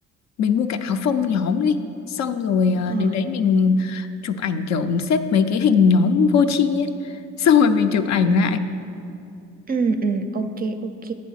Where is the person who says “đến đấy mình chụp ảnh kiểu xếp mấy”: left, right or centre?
Left